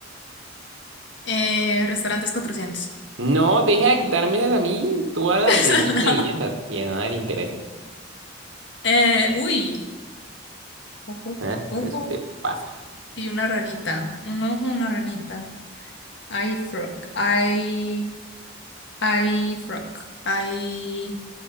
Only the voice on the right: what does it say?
No, deja de quitarme esas a mí. Tú a las
de
Disney
y esas que a nadie le interesan.
Ah,
Eso te pasa.